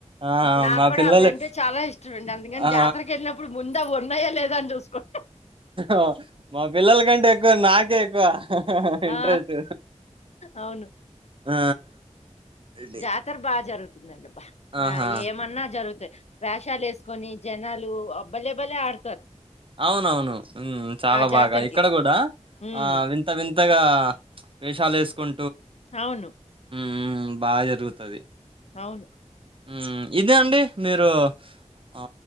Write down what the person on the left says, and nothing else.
నాకు
కూడ
అవి అంటే చాలా ఇష్టమ అండి అందుకని
జాతరకు వెళ్ళినప్పుడు ముందు అవ్వ ఉన్నయా లేద అని చూసుకోం
ఆ! అవును.
జాతర బా జరు
ఆ ఏమన్నా జరుగుతయి వేషాలెసుకొని జనాలు ఆ భలే భలే ఆడతారు.
ఆ జాతరకి.
హ్మ్.
అవును
అవును